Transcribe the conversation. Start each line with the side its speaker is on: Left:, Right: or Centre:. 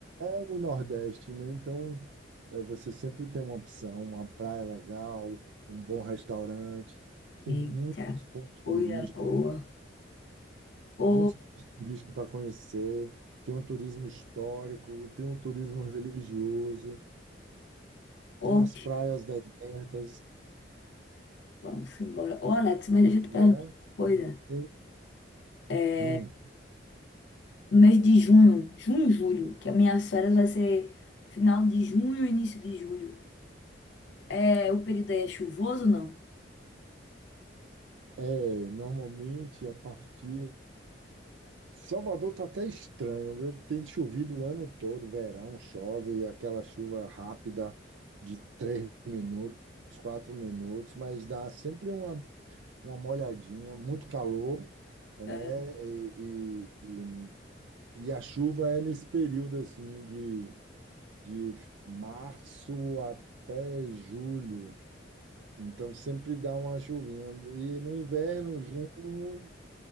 Right: é no Nordeste, né? Então, é, você sempre tem uma opção, uma praia legal, um bom restaurante. Tem
Left: Eita,
Right: muitos pontos turísticos,
Left: coisa boa. Ô,
Right: muitos pontos turísticos para conhecer. Tem um turismo histórico, tem um turismo religioso,
Left: ô,
Right: tem as praias desertas,
Left: vamos embora. Ô, Alex, mas deixa eu te
Right: né?
Left: perguntar uma coisa.
Right: Tem-
Left: É,
Right: Hum,
Left: no mês de junho, junho, julho, que as minhas férias vai ser final de junho, início de julho. É, o período aí é chuvoso ou não?
Right: é, normalmente a partir Salvador tá até estranho, viu? Tem chovido o ano todo, verão, chove, aquela chuva rápida de três minutos, quatro minutos, mas dá sempre uma, uma molhadinha, muito calor, né?
Left: É,
Right: E, e, e a chuva é nesse período assim de, de março até julho. Então sempre dá uma chuvinha. E no inverno, junho